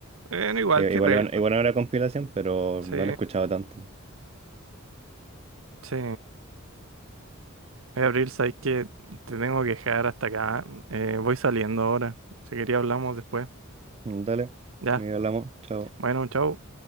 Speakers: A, on the right; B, on the right.
A: Eh, no igual
B: Que
A: que
B: igual,
A: Re...
B: igual era compilación, pero
A: Sí,
B: no lo he escuchado tanto.
A: sí. Oye, Abril, sabes que te tengo que dejar hasta acá. Eh, voy saliendo ahora. Si quería hablamos después.
B: Mm, Dale,
A: Ya.
B: y hablamos, chao.
A: Bueno, chao.